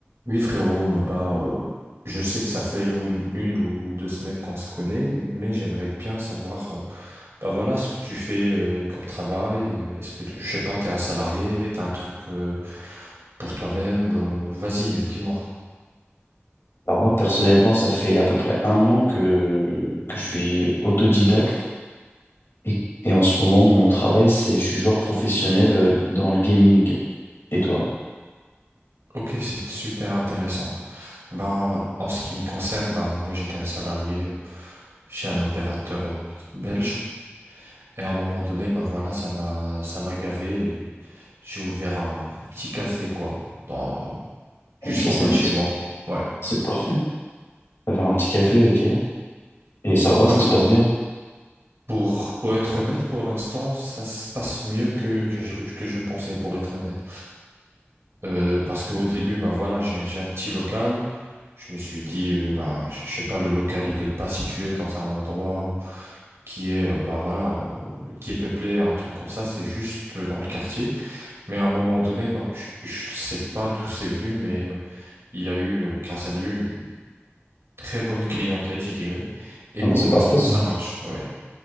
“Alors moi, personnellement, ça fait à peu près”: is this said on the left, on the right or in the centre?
Left